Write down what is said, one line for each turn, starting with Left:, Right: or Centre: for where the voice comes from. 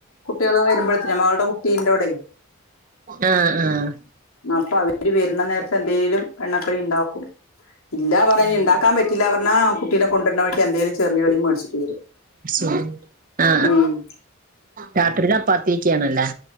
Left: കുട്ടികളെ വരുമ്പോഴത്തനും മകളുടെ കുട്ടീന്റെ കൂടെ
Right: ആഹ് ആഹ്
Left: അപ്പൊ അവര് വരുന്ന നേരത്തെ എന്തെലിലും എണ്ണക്കടി ഉണ്ടാക്കും ഇല്ല പറഞ്ഞഞ്
Right: ആഹ്
Left: ഉണ്ടാക്കൻ പറ്റില്ല പറഞ്ഞാ കുട്ടിനെ കൊണ്ടിരുന്നണഴി എന്തേലും ചെറിയ കടി മേടിച്ചിട്ട് വരും
Right: ആ ആ
Left: ഉം
Right: രാത്രി ചപ്പാത്തിയൊക്കെ ആണല്ലേ